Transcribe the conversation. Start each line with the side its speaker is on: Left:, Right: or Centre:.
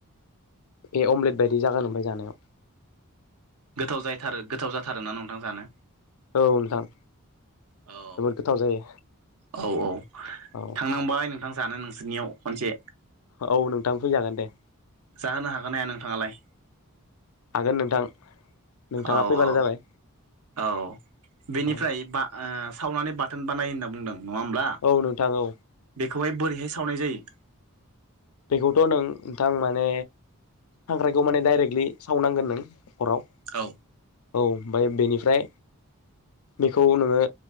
Left: ए अमलेट बायदि जागोन ओमफ्राय जानायाव
Right: गोथाव जायथारो गोथाव जाथारोना नोंथां जानो
Left: औ नोंथां।
Right: औ
Left: जोबोद गोथाव जायो
Right: औ औ
Left: औ
Right: थांनांबाय नों ना जानो नोंसोरनियाव मोनसे
Left: औ नोंथां फैजागोन दे।
Right: जाहोनो हागोन नाया नोंथाङालाय
Left: हागोन नोंथां नोंथाङा
Right: औ
Left: फैबानो
Right: औ
Left: जाबाय
Right: औ बेनिफ्राय
Left: औ
Right: बा ओ सावनानै बाथोन बानाय होनना बुंदों नङा होमब्ला
Left: औ नोंथां औ
Right: बेखौहाय बोरैाय सावनाय जायो?
Left: बेखौथ' नों नोंथां माने हाग्राखौ माने डाइरेक्टलि सावनांगोन नों हराव
Right: औ
Left: औ ओमफ्राय बेनिफ्राय बेखौ नोङो